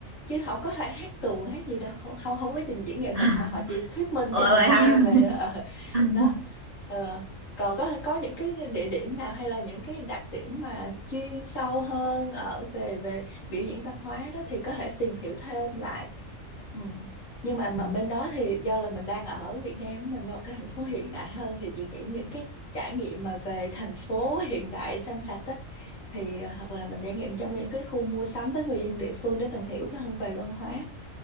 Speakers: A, on the left; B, on the right.
A: chứ không có phải hát tuồng hát gì đâu không không không có trình diễn nghệ
B: <laughs>
A: thuật mà họ chỉ thuyết minh
B: ờ
A: cho mình
B: vậy
A: nghe
B: hả
A: về ờ,
B: <laughs>
A: đó Ờ, còn có có những cái địa điểm nào hay là những cái đặc điểm mà chuyên sâu hơn ở về về biểu diễn văn hóa đó thì có thể tìm hiểu thêm lại ừ. nhưng mà mà
B: ừ,
A: bên đó thì do là mình đang ở Việt Nam mình một cái thành phố hiện đại hơn thì chị nghĩ những cái trải nghiệm mà về thành phố hiện đại xanh sạch á thì ờ, hoặc là mình trải nghiệm trong những cái khu mua sắm với người dân địa phương để mình hiểu hơn về văn hóa